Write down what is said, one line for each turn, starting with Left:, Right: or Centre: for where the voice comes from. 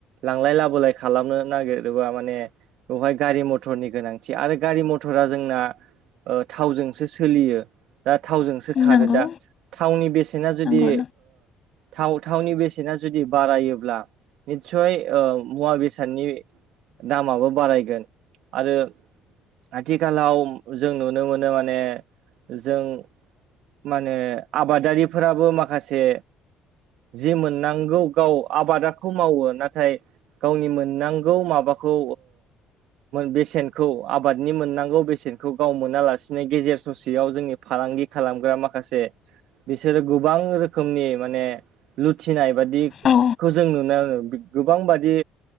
Right: लांलाय लाबोलाय खालामनो नागिरोबा माने बेवहाय गारि मथरनि गोनांथि आरो गारि मथरा जोंना थावजोंसो सोलियो दा थावजोंसो खारो
Left: नंगौ
Right: दा थावनि बेसेना जुदि
Left: नंगौ
Right: थाव थावनि बेसेना जुदि बारायोब्ला <unintelligible> मुवा बेसादनि दामाबो बारायगोन आरो आथिखालाव जों नुनो मोनो माने जों माने आबादारिफोराबो माखासे जि मोननांगौ गाव आबादखौ मावो नाथाय नाथाय गावनि मोननांगौ माबाखौ बेसेनखौ आबादनि मोननांगौ बेसेनखौ गाव मोनालासिनो गेजेर ससेयाव जोंनि फालांगि खालामग्रा माखासे बिसोरो गोबां रोखोमनि माने लुथिनाय बादि
Left: औ
Right: खौ जों नुनो मोनो गोबांबादि